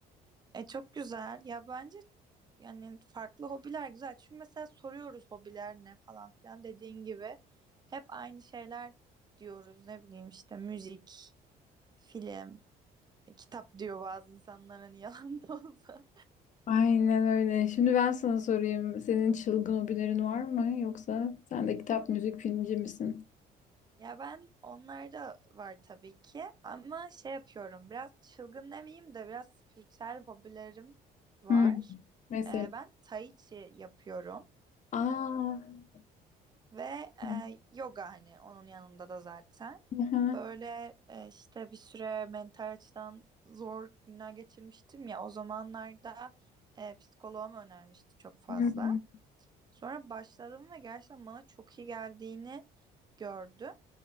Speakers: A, on the right; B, on the left.
A: E çok güzel. Ya bence Yani farklı hobiler güzel. Çünkü mesela soruyoruz hobiler ne falan filan dediğin gibi. Hep aynı şeyler diyoruz. Ne bileyim işte müzik, film, e, kitap diyor bazı insanlar hani <laughs> yalan da olsa.
B: Aynen öyle. Şimdi ben sana sorayım. Senin çılgın hobilerin var mı? Yoksa sen de kitap, müzik, filmci misin?
A: Ya ben onlarda var tabii ki ama şey yapıyorum biraz çılgın demeyeyim de biraz spiritüel hobilerim var.
B: Hmm. Mesela.
A: Ee, ben tai chi yapıyorum.
B: Aa.
A: Ve
B: <laughs>
A: e, yoga hani onun yanında da zaten.
B: Aha.
A: Böyle e, işte bir süre mental açıdan zor günler geçirmiştim ya o zamanlarda e, psikoloğum önermişti çok fazla.
B: Hmm.
A: Sonra başladım ve gerçekten bana çok iyi geldiğini gördüm.